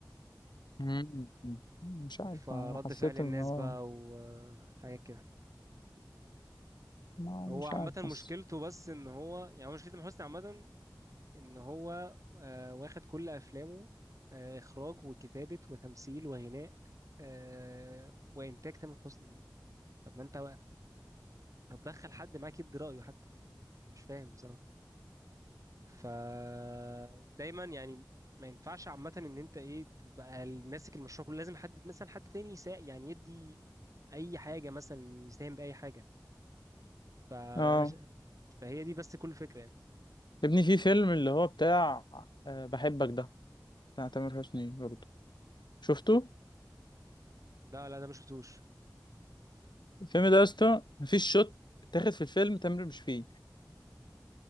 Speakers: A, on the left; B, on the right.
A: مم. مش عارف
B: فرد
A: انا حسيت
B: فعل الناس
A: ان هو
B: بقى وحاجة كده
A: ما
B: هو
A: مش
B: عامة
A: عارف حاسس
B: مشكلته بس إن هو يعني هو مشكلة تامر حسني عامة إن هو آه، واخد كل أفلامه آه، إخراج وكتابة وتمثيل وغناء آه، وإنتاج تامر حسني يعني طب ما أنت بقى- طب دخل حد معاك يدي رأيه حتى أنا مش فاهم بصراحة فدايما يعني ما ينفعش عامة ان انت ايه تبقى ماسك المشروع كله لازم حد مثلا حد تاني يسا يعني يدي اي حاجة مثلا يساهم بأي حاجة فانا
A: اه
B: ش... فهي دي بس كل فكرة يعني
A: يا ابني في فيلم اللي هو بتاع آه، بحبك ده بتاع تامر حسني برضو شفته
B: لا لا ده ما شفتوش
A: الفيلم ده يا اسطى مفيش شوت اتاخد في الفيلم تامر مش فيه